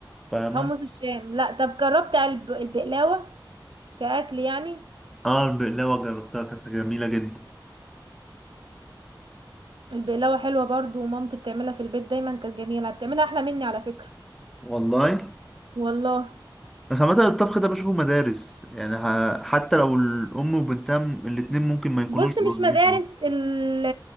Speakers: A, in the centre; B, on the right.
A: فاهمة
B: حمص الشام لا طب جربت الب- البقلاوة كأكل يعني
A: اه البقلاوة جربتها كانت جميلة جدا
B: البقلاوة حلوة برضو ومامتي بتعملها في البيت دايما كانت جميلة بتعملها أحلى مني على فكرة
A: والله
B: والله
A: بس عامة الطبخ ده بشوفه مدارس يعني ح- حتى لو الأم وبنتها م- الاتنين ممكن ما يكونوش
B: بص
A: قريبين
B: مش مدارس
A: من-
B: ال